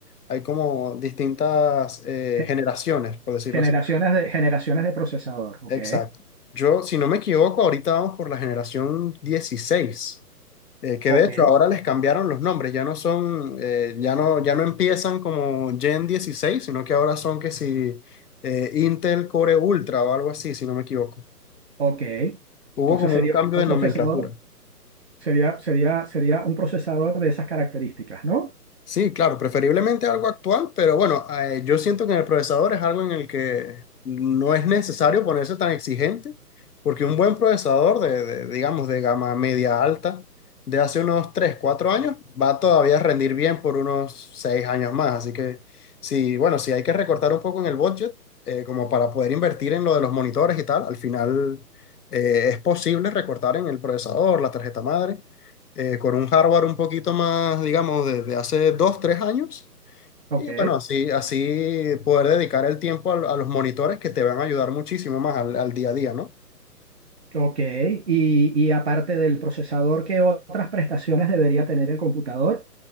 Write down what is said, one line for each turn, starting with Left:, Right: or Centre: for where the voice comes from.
Left: Hay como distintas eh,
Right: gen-
Left: generaciones, por decirlo
Right: Generaciones
Left: así.
Right: de, generaciones de procesador, ¿ok?
Left: Exacto. Yo, si no me equivoco, ahorita vamos por la generación 16. eh, que
Right: Ok,
Left: de hecho ahora les cambiaron los nombres, ya no son, eh, ya no, ya no empiezan como Gen 16, sino que ahora son que si eh, Intel Core Ultra o algo así, si no me equivoco.
Right: ok.
Left: Hubo
Right: Entonces
Left: como
Right: sería
Left: un cambio
Right: un
Left: de
Right: procesador,
Left: nomenclatura.
Right: sería, sería, sería un procesador de esas características, ¿no?
Left: Sí, claro, preferiblemente algo actual, pero bueno, eh, yo siento que en el procesador es algo en el que no es necesario ponerse tan exigente, porque un buen procesador de, de, digamos, de gama media alta de hace unos 3, 4 años va todavía a rendir bien por unos 6 años más. Así que sí, bueno, si hay que recortar un poco en el budget, eh, como para poder invertir en lo de los monitores y tal, al final eh, es posible recortar en el procesador, la tarjeta madre eh, con un hardware un poquito más, digamos, desde hace dos, tres años.
Right: Ok,
Left: Y bueno, así, así poder dedicar el tiempo al- a, los monitores que te van a ayudar muchísimo más al, al día a día, ¿no?
Right: ok. Y, y aparte del procesador, ¿qué otras prestaciones debería tener el computador?